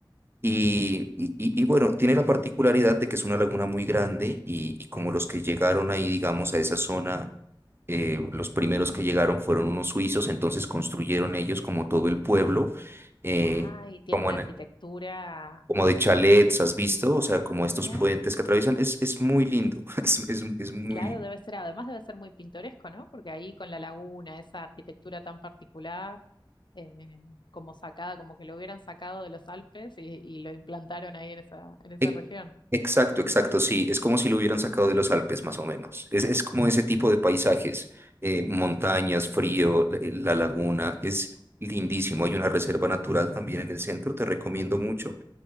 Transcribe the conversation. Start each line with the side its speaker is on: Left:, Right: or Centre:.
Right: y, y- y- y bueno, tiene la particularidad de que es una laguna muy grande y, y como los que llegaron ahí, digamos, a esa zona, eh, los primeros que llegaron fueron unos suizos, entonces construyeron ellos como todo el pueblo, eh,
Left: Ah, y tiene
Right: como
Left: una
Right: en-
Left: arquitectura,
Right: Como de chalets, ¿has visto? O sea, como estos
Left: mirá,
Right: puentes que atraviesan, es, es muy lindo, <laughs> es, es, es muy
Left: claro,
Right: lindo.
Left: debe ser, además debe ser muy pintoresco, ¿no? Porque ahí con la laguna, esa arquitectura tan particular. eh, como sacada, como que lo hubieran sacado de los Alpes y, y lo implantaron ahí en esa, en esa
Right: E-
Left: región.
Right: Exacto,
Left: Qué curioso.
Right: exacto, sí. Es como si lo hubieran sacado de los Alpes, más o menos. Es, es como ese tipo de paisajes, eh, montañas, frío, eh, la laguna, es lindísimo. Hay una reserva natural también en el centro, te recomiendo mucho.